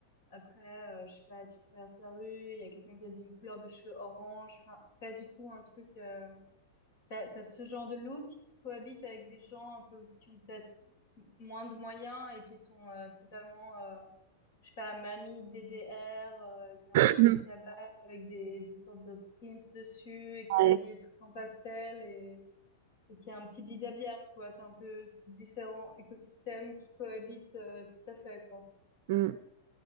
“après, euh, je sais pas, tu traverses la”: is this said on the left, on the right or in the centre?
Left